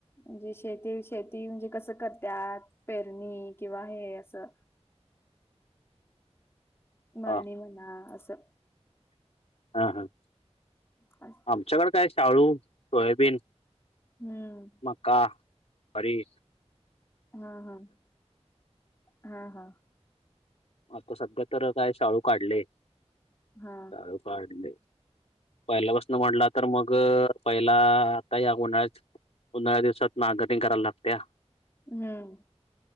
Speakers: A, on the left; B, on the left.
A: म्हणजे शेती, शेती म्हणजे कसं करत्यात. पेरणी किंवा हे असं मळणी
B: हा
A: म्हणा असं.
B: हा हा.
A: <inaudible>
B: आमच्याकड काय शाळू, सोयाबीन,
A: हम्म
B: मका अरी.
A: हा-हा-हा-हा.
B: आता सध्या तर काय शाळू काढलय,
A: हा
B: शाळू काढलय. पहिल्यापासन म्हटला तर मग पहिला, आता या उन्हाळ्यात. उन्हाळ्याच्या दिवसात नांगरणी करायला लागत्या ना.
A: हम्म.